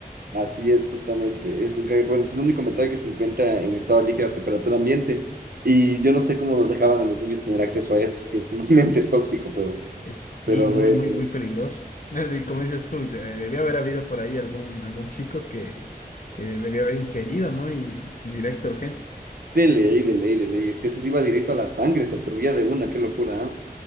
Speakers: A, on the right (about 65°); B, on the left (about 55°).
A: Así es, justamente. Es un, ca- bueno, es el único metal que se encuentra en estado líquido a temperatura ambiente. Y yo no sé cómo nos dejaban a los niños tener acceso a esto, si es sumamente <laughs> tóxico, pero,
B: Es, sí,
A: pero
B: muy,
A: bueno,
B: muy,
A: bueno.
B: muy peligroso. <laughs> Desde- Como dices tú, de- debió haber habido por ahí algún, algún chico que, que debió haber ingerido, ¿no? Y directo a urgencias.
A: de ley, de ley, de ley. Es que eso se iba directo a la sangre, se absorbía de una, qué locura, ¿eh?